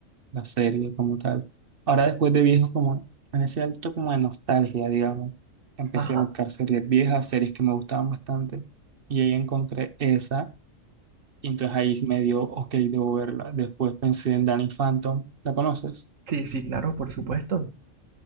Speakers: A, on the right; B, on the right.
A: la serie como tal. Ahora después de viejo, como en ese alto como de nostalgia, digamos, empecé
B: Ajá.
A: a buscar series viejas, series que me gustaban bastante y ahí encontré esa y entonces ahí me dio, ok, debo verla. Después pensé en Danny Phantom, ¿la conoces?
B: Sí, sí, claro, por supuesto.